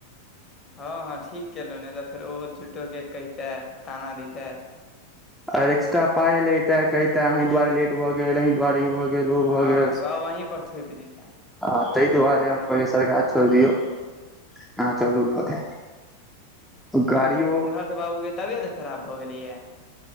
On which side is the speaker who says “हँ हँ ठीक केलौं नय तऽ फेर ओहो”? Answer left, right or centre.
Left